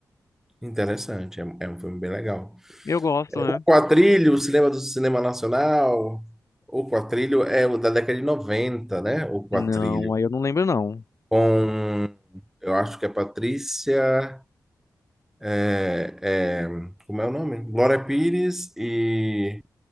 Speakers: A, in the centre; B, on the left (about 45°).
A: Interessante, é, é um filme bem legal.
B: Eu gosto, né?
A: O Quatrilho, o cinema do cinema nacional? O Quatrilho é o da década de 90, né? O Quatrilho.
B: Não, aí eu não lembro, não.
A: Com, eu acho que é Patrícia. é, é, como é o nome? Glória Pires e.